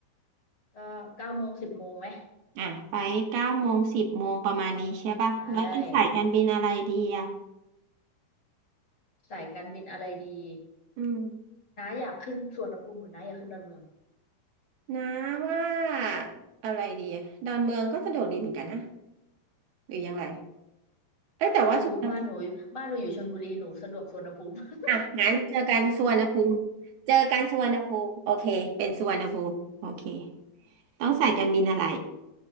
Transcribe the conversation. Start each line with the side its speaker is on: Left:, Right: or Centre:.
Left: ก็เก้าโมงสิบโมงไหม
Right: อ่ะไปเก้าโมงสิบโมงประมาณนี้ใช่ปะแล้วต้องสายการบินอะไรดีอ่ะ
Left: ได้สายการบินอะไรดี
Right: อืม
Left: นะอยากขึ้นสุวรรณภูมิหรือนะอยากขึ้นดอนเมือง
Right: นะว่าอะไรดีอะดอนเมืองก็สะดวกดีเหมือนกันนะหรือยังไรเอ้ยแต่ว่าสุวรรณภูมิ
Left: ไม่รู้บ้านหนูบ้านหนูอยู่ชลบุรีหนูสะดวกสุวรรณภูมิ <laughs>
Right: อ่ะงั้นเจอกันสุวรรณภูมิเจอกันสุวรรณภูมิโอเคเป็นสุวรรณภูมิโอเคต้องสายการบินอะไร